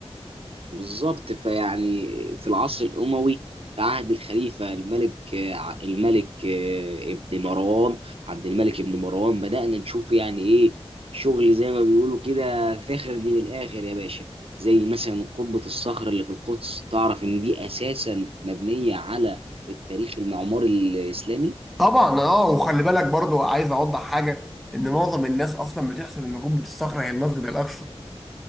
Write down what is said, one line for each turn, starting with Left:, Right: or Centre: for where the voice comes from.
Right: بالظبط فيعني في العصر الأموي في عهد الخليفة الملك آه، الملك آه، ابن مروان عبد الملك ابن مروان بدأنا نشوف يعني إيه شغل زي ما بيقولوا كده فاخر من الآخر يا باشا زي مثلا قبة الصخر اللي في القدس تعرف إن دي أساسا مبنية على التاريخ المعماري الإسلامي
Centre: طبعا اه وخلي بالك برضو عايز اوضح حاجه ان معظم الناس اصلا بتحسب ان قبه الصخره هي المسجد الاقصى